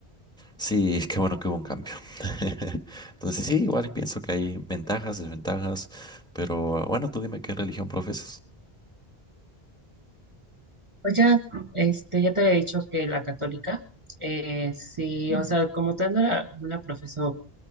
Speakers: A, in the centre; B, on the right (about 30°).
A: sí, <laughs> qué bueno que hubo un cambio. <laughs> Entonces sí, igual pienso que hay ventajas, desventajas, pero bueno, tú dime qué religión profesas.
B: Pues ya, este, ya te había dicho que la católica, eh, sí, o sea, como tal no la, no la profeso